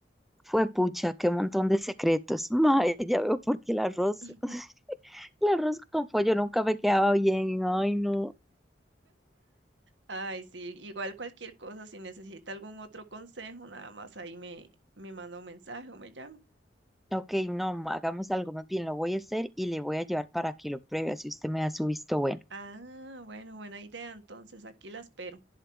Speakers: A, in the centre; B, on the right.
A: Fue pucha, qué montón de secretos. <laughs> Mae, ya veo por qué el arroz,
B: <laughs>
A: <laughs> el arroz con pollo nunca me quedaba bien. Ay, no.
B: Ay, sí, igual cualquier cosa, si necesita algún otro consejo, nada más ahí me, me manda un mensaje o me llama.
A: Ok, no, ma, hagamos algo más bien. Lo voy a hacer y le voy a llevar para que lo pruebe, así usted me da su visto bueno.
B: Ah, bueno, buena idea, entonces aquí la espero.